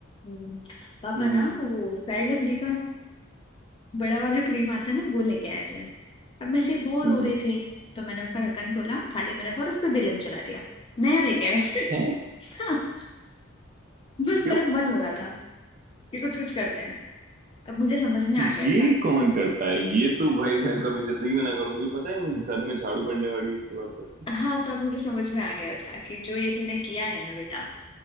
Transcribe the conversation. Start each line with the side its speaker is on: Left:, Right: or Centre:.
Left: हम्म, पापा
Right: हम्म
Left: ना वो फेयर लवली का बड़ा वाला क्रीम आता है ना वो लेके आए थे और मैं ऐसे बोर
Right: हम्म
Left: हो रहे थे तो मैंने उसका ढक्कन खोला थाली में रखा और उस पर बेलन चला दिया नया लेके आए थे <laughs>
Right: है
Left: हाँ बस
Right: क्यों
Left: मेरा मन हो रहा था कि कुछ कुछ करते हैं अब मुझे समझ में आ
Right: ये
Left: गया था
Right: कौन करता है ये तो भाई मैं कभी जिंदगी में ना करूं मुझे पता है मैं घर में झाड़ू पड़ने वाली है इसके बाद तो
Left: हाँ तब मुझे समझ में आ गया था कि जो ये तूने किया है ना बेटा